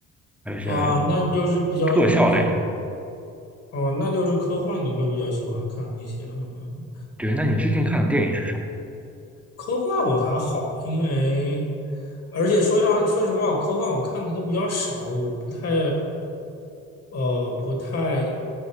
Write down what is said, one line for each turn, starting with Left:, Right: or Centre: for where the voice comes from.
Centre: 还有一些
Left: 哦，那你就是比较有比较
Centre: 特效类的。
Left: 哦，那就是科幻你会比较喜欢看一些，嗯嗯，
Centre: 对，那你最近看的电影是啥？
Left: 科幻我还好，因为而且说上说实话，科幻我看的都比较少，我不太呃不太